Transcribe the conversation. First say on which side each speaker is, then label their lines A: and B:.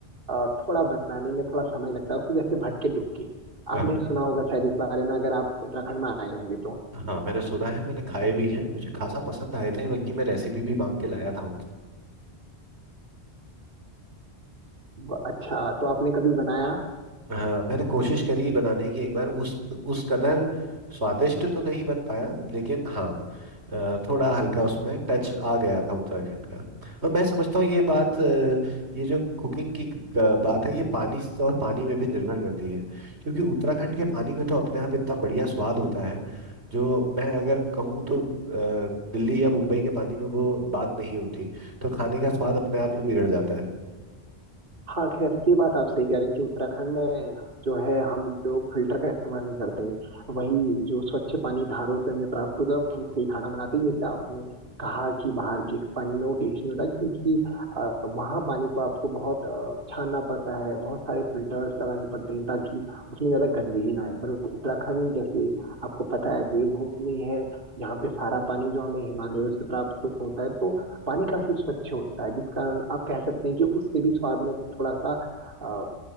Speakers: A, on the right; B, on the right.
A: अ, थोड़ा बनाने में थोड़ा समय लगता है उसी जैसे भटके डुबकी
B: <laughs>
A: आपने
B: हाँ
A: सुना होगा शायद इस बारे में अगर आप उत्तराखंड में आए होंगे तो
B: हाँ, मैंने सुना है मैंने खाए भी हैं मुझे खासा पसंद आए थे बल्कि मैं रेसिपी भी मांग के लाया था
A: ब- अच्छा तो आपने कभी बनाया
B: हाँ मैंने कोशिश करी बनाने की एक बार उस उस कदर स्वादिष्ट तो नहीं बन पाया लेकिन हाँ अ, थोड़ा हल्का उसमें टच आ गया था उत्तराखंड का और मैं समझता हूँ ये बात अ, ये जो कुकिंग की अ, बात है ये पानी से और पानी में भी निर्भर करती है क्योंकि उत्तराखंड के पानी में तो अपने आप इतना बढ़िया स्वाद होता है जो मैं अगर कहूँ तो अ, दिल्ली या मुंबई के पानी में वो बात नहीं होती तो खाने का स्वाद अपने आप ही बिगड़ जाता है
A: हाँ खैर ये बात आप सही कह रहे हैं कि उत्तराखंड में जो है हम लोग फिल्टर का इस्तेमाल नहीं करते वही जो स्वच्छ पानी धारों से हमें प्राप्त होता है उनसे ही खाना बनाते हैं जैसे आपने कहा कि बाहर के पानी में वो टेस्ट नहीं होता क्योंकि अ, वहाँ पानी को आपको बहुत अ, छानना पड़ता है बहुत सारे फिल्टर्स लगाने पड़ते हैं ताकि उसमें ज्यादा गंदगी ना आए पर उत्तराखंड जैसे आपको पता है देवभूमि है यहाँ पे सारा पानी जो हमें हिमालयों से प्राप्त होता है तो पानी काफी स्वच्छ होता है जिस कारण आप कह सकते हैं कि उससे भी स्वाद में थोड़ा सा अ,